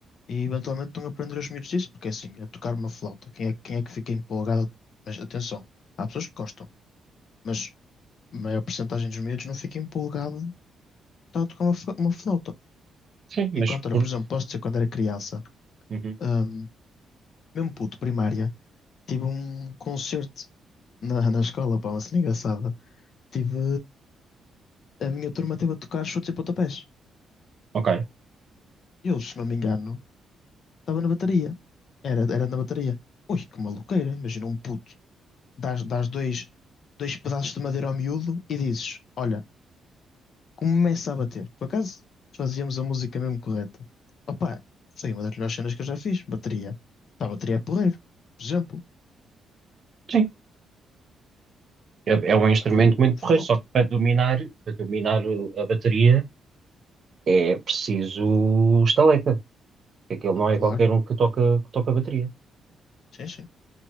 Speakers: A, on the left; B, on the right.
A: E eventualmente estão a aprender os miúdos disso, porque é assim, a tocar uma flauta, quem é, quem é que fica empolgado? Mas atenção, há pessoas que gostam, mas a maior porcentagem dos miúdos não fica empolgado de estar a tocar uma, fla- uma flauta.
B: Sim, mas
A: Enquanto, olha,
B: por...
A: por exemplo, posso dizer quando era criança,
B: Uhum,
A: hum, mesmo puto, primária, tive um concerto na, <laughs> na escola, pá, uma cena engraçada. Tive, a minha turma teve a tocar chutes e pontapés.
B: Ok.
A: Eu, se não me engano, estava na bateria. Era, era na bateria. Ui, que maluqueira, imagina um puto. Dás, dás dois, dois pedaços de madeira ao miúdo e dizes, olha, começa a bater. Por acaso, fazíamos a música mesmo correta. Opa, foi uma das melhores cenas que eu já fiz, bateria. Pá, bateria é porreiro, por exemplo.
B: Sim. É,
A: Pá,
B: é um instrumento
A: Agora,
B: muito
A: flauta.
B: porreiro, só que para dominar, para dominar o- a bateria é preciso estaleca. Aquele
A: Não,
B: não é
A: claro.
B: qualquer um que toca, que toca a bateria.
A: Sim, sim.